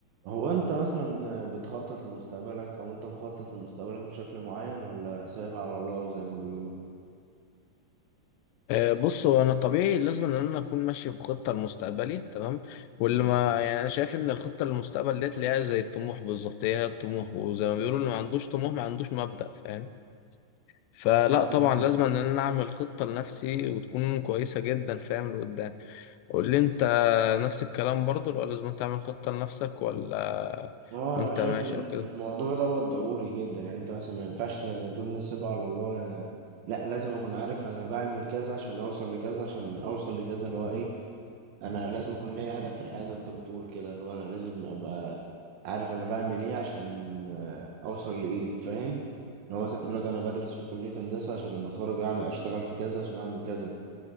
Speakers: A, on the right (about 65°); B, on the left (about 85°).
A: هو انت مثلا بتخطط لمستقبلك او انت مخطط لمستقبلك بشكل معين ولا سايبها على الله زي ما بيقولوا
B: آه، بص هو انا طبيعي لازم ان انا اكون ماشي بخطه لمستقبلي تمام واللي
A: مم.
B: ما يعني انا شايف ان الخطه للمستقبل ديت اللي هي زي الطموح بالظبط هي هي الطموح وزي ما بيقولوا اللي ما عندوش طموح ما عندوش مبدأ فاهم فلا
A: فاهمك
B: طبعا
A: اهو
B: لازم ان انا اعمل خطه لنفسي وتكون كويسه جدا فاهم لقدام قول لي انت نفس الكلام برضو ولا لازم تعمل خطه لنفسك ولا
A: هو
B: وانت
A: انا شايف
B: ماشي
A: ان
B: او كده
A: الموضوع دوت ضروري جدا يعني انت مثلا ما ينفعش زي ما بتقول نسيبها على الله أنا- لا لازم اكون عارف انا بعمل كذا عشان اوصل لكذا عشان اوصل لكذا اللي هو ايه انا لازم اكون ليا هدف في الحياه زي ما انت بتقول كده اللي هو انا لازم ابقى عارف انا بعمل ايه عشان آه، اوصل لايه فاهم ان هو مثلا دلوقتي انا بدرس في كليه هندسه عشان لما اتخرج اعمل اشتغل في كذا عشان اعمل كذا